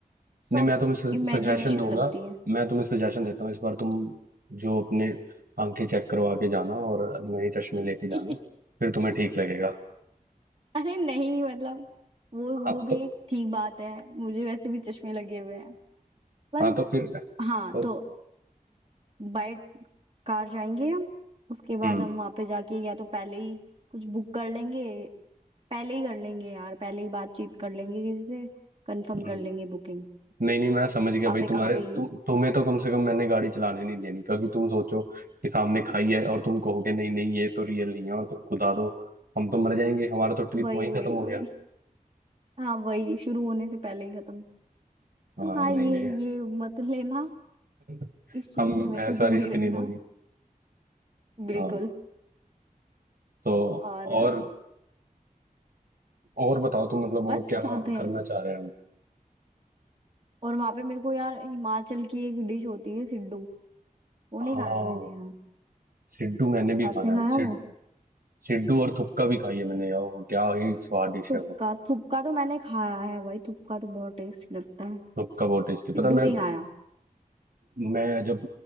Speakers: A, on the right (about 40°); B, on the right (about 75°).
A: सब
B: नहीं मैं तुम्हें
A: इमेजिनेशन
B: सजेशन दूंगा
A: लगती है
B: मैं तुम्हें सजेशन देता हूँ इस बार तुम जो अपने आंखें चेक करवा के जाना और नए चश्मे लेके जाना
A: <laughs>
B: फिर तुम्हें ठीक लगेगा
A: अरे नहीं मतलब वो
B: हाँ
A: वो भी
B: तो
A: एक ठीक बात है मुझे वैसे भी चश्मे लगे हुए हैं पर
B: हाँ तो फिर तो
A: हाँ तो बाय कार जाएंगे हम उसके बाद
B: हम्म
A: हम वहां पे जाके या तो पहले ही कुछ बुक कर लेंगे पहले ही कर लेंगे यार पहले ही बातचीत कर लेंगे किसी से कंफर्म
B: हम्म।
A: कर लेंगे बुकिंग
B: नहीं नहीं मैं समझ गया
A: वहां
B: भाई
A: पे
B: तुम्हारे
A: कहाँ पे
B: तुम तुम्हें तो कम से कम मैंने गाड़ी चलाने नहीं देनी क्योंकि तुम सोचो कि सामने खाई है और तुम कहोगे नहीं नहीं ये तो रियल नहीं है और तुम कुदा दो हम तो मर जाएंगे हमारा तो ट्रिप
A: वही
B: वहीं
A: वही
B: खत्म हो
A: वही
B: गया
A: हाँ वही शुरू होने से पहले ही खत्म
B: हाँ
A: तो हाँ
B: नहीं
A: ये
B: नहीं
A: ये मत लेना
B: <laughs>
A: इस चीज
B: हम
A: से मेरे को
B: ऐसा
A: दूर
B: रिस्क
A: ही
B: नहीं
A: रखना
B: लोगे
A: बिल्कुल
B: हाँ तो
A: और अ,
B: और और बताओ तुम मतलब और
A: बस
B: क्या
A: वहां पे
B: करना चाह रहे हैं हम
A: और वहां पे मेरे को यार हिमाचल की एक डिश होती है सिड्डू वो नहीं
B: हाँ
A: खाया मैंने यार
B: सिड्डू मैंने भी
A: आपने
B: खाना
A: खाया
B: है सिड
A: वो
B: सिड्डू और थुपका भी खाई है मैंने यार वो क्या ही स्वाद डिश
A: थुपका
B: है वो
A: थुपका तो मैंने खाया है भाई थुपका तो बहुत टेस्टी लगता है
B: थुपका बहुत टेस्टी
A: सिड्डू
B: पता है मेरे
A: नहीं खाया
B: मैं जब